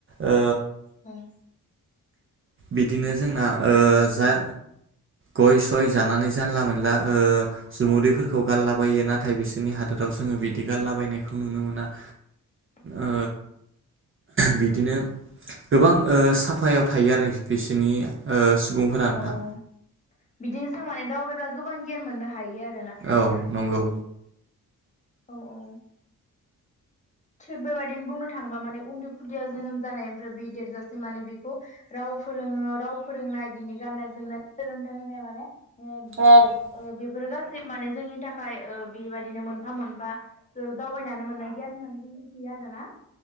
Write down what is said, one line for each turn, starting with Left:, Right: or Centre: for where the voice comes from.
Right: ओ
Left: ओह।
Right: बिदिनो जोंना ओ जा गय सय जानानै जानला मोनला ओ जुमुदैफोरखौ
Left: औ
Right: गारलाबायो नाथाय बिसोरनि हादोराव जोङो बिदि गारला बायनायखौ नुनो मोना।
Left: <unintelligible>
Right: ओ बिदिनो गोबां ओ साफायाव थायो आरो बिसिनि ओ सुबुंफोरा
Left: औ
Right: नोंथां।
Left: बिदिनो जों माने दावबायब्ला गोबां गियान मोननो हायो आरो।
Right: औ नंगौ।
Left: औ औ। थिग बेबायदिनो बुंनो थाङोबा माने उन्दै खुदिया जोनोम जानायनिफ्राय बि देरजासिम माने बेखौ राव फोरों राव फोरोंनाय बिनि गाननाय जोमनाय सोलोंथाइ होनाय माने ओ
Right: औ
Left: बेफोरो गासिबो माने जोंनि थाखाय ओ बेबायदिनो मोनफा मोनफा ज दावबायनानै मोननाय गियान होननानै जों मिथियो आरो ना।